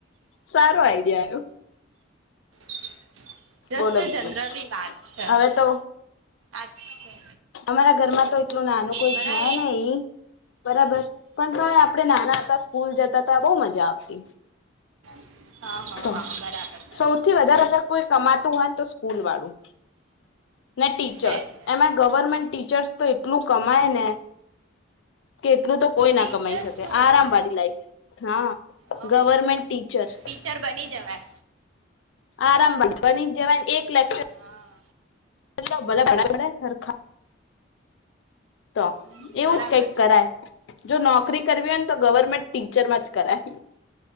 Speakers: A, on the left; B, on the right.
A: સારું આઈડિયા આલું.
B: <inaudible> જસ્ટ
A: બોલો બીજું
B: જનરલી વાત છે.
A: હવે તો
B: અચ્છા.
A: અમારા ઘરમાં તો એટલું નાનું કોઈ
B: બરાબર
A: છે નહી બરાબર પણ તોયે આપણે નાના હતા સ્કૂલ જતા. બહુ મજા આવતી.
B: <unintelligible> હા હા
A: તો
B: હા, બરાબર.
A: સૌથી વધારે અગર કોઈ કમાતું હોય તો સ્કૂલવાળું ને ટીચર્સ
B: છે જ ને
A: એમાં
B: તો
A: ગવર્મેન્ટ ટીચર્સ તો એટલું કમાય ને કે એટલું તો કોઈ
B: ટીચર્સનું
A: ના કમાઈ શકે આરામ
B: ને
A: વાળી લાઈફ. હા,
B: હઉ
A: ગવર્મેન્ટ ટીચર.
B: ટીચર બની જવાય
A: આરામ <unintelligible> બની જવાની એક લેક્ચર.
B: હા
A: <unintelligible> તો,
B: હમ
A: એવું
B: બરાબર
A: જ કંઈક
B: છે.
A: કરાય. જો નોકરી કરવી હોય ને, તો ગવર્મેન્ટ ટીચરમાં જ કરાય.